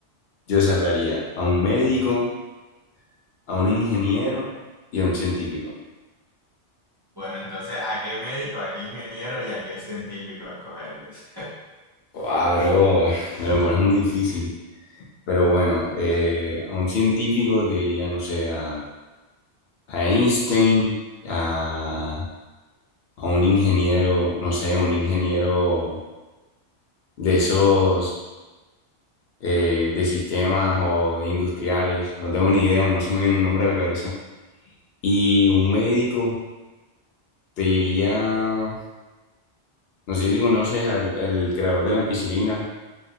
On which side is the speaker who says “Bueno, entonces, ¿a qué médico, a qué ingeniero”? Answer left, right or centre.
Right